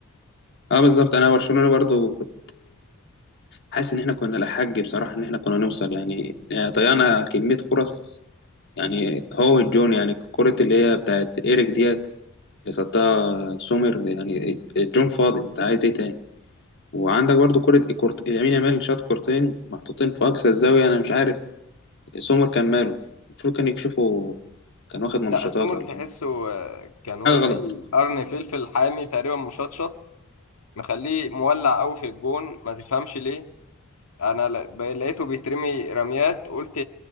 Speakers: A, on the left; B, on the left.
A: اه بالظبط انا برشلونه برضو كنت حاسس ان احنا كنا لحق بصراحه ان احنا كنا نوصل يعني يعني ضيعنا كميه فرص يعني هو الجون يعني كرة اللي هي بتاعت ايريك ديت اللي صدها سومر يعني الجون فاضي انت عايز ايه تاني وعندك برضو كرة كرة يمين يامال شاط كورتين محطوطين في اقصى الزاويه انا مش عارف سومر كان ماله المفروض كان يكشفه كان واخد منشطات
B: لا السمر
A: ولا
B: تحسه
A: إيه.
B: آه، كان واكل
A: حاجه غلط
B: قرن فلفل حامي تقريبا مشطشط مخليه مولع قوي في الجون ما تفهمش ليه انا ل- ب- لقيته بيترمي رميات قلت